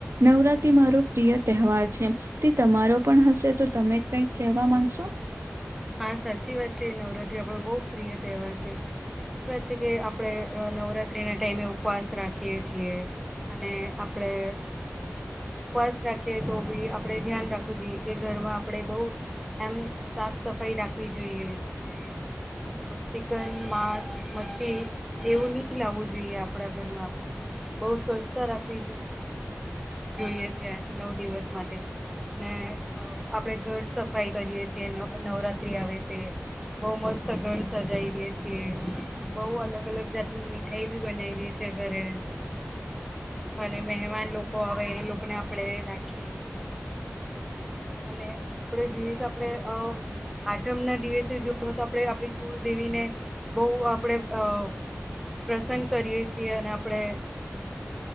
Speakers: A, on the right; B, in the centre.
A: નવરાતિ મારો પ્રિય તહેવાર છે તે તમા મારો પણ હશે તો તમે કઈ કેવા માંગશો
B: હા સાચી વાત છે નવરાત્રી આપડો બહુ પ્રિય તહેવાર છે સાચી વાત છે કે આપડ નવરાત્ર્રીના ટાઈમે ઉપવાસ રાખીએ છીએ અને આપણે ઉપવાસ રાખેએ તો બી આપડે ધ્યાન રાખવું જોઈએ કે ઘરમાં આપણેે બહ એમ સાફ સફાઈ રાખવી જોઈએ અને ચિકન માંસ મચ્છી એવું નહી લાવવું જોઈએ આપણા ઘરમાં આપણેે બહુ સ્વચ્છતા રાખવી જોઈએ છે નવ દિવસ માટે અને આપણેે ઘર સફાઈ કરીયએ છીએ નવરાત્ર્રી આવે તે બઉુ મસ્ત ઘર સજાવી દે છીએ બઉુ અલગ અલગ જાતની મીઠાઈ ભી બનાવી દે છેએ ઘરે મસ્તસીી અને મહેમાન લોકો હવે એ લોકોને આપડે રાખીએ અને આપડે જોઈએ તો આપડે આઠમ ના દિવસે જોવ તો આપણે આપણી કુળદેવીને બહ આપણેે અ પ્રસન્ન કરીએ છીએ અને આપણેે